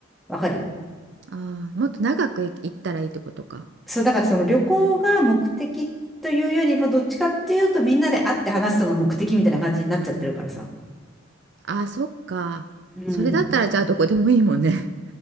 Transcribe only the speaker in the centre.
わかる
そう、だからその旅行が目的というよりは、どっちかっていうとみんなで会って話すのが目的みたいな感じになっちゃってるからさ。
うん。